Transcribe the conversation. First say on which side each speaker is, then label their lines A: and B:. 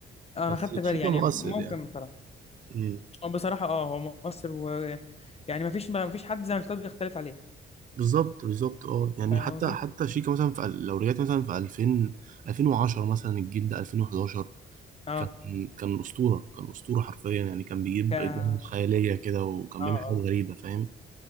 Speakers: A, on the left (about 30°); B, on the right (about 40°).
A: انا
B: بس
A: خدت بالي
B: شيكا
A: يعني
B: مؤثر
A: ممكن
B: يعني
A: بصراحه
B: امم
A: آه، بصراحه اه هو مؤثر و يعني ما فيش ما فيش حد زملكاوي بيختلف عليه
B: بالظبط بالظبط اه يعني
A: فاهم
B: حتى
A: قصدي
B: حتى شيكا مثلا في ال- لو رجعت مثلا في 2000 2010 مثلا الجيل ده 2011
A: اه
B: كان كان اسطوره كان اسطوره حرفيا يعني كان بيجيب
A: ك اه
B: اجوان خياليه كده وكان
A: آه.
B: بيعمل حاجات غريبه فاهم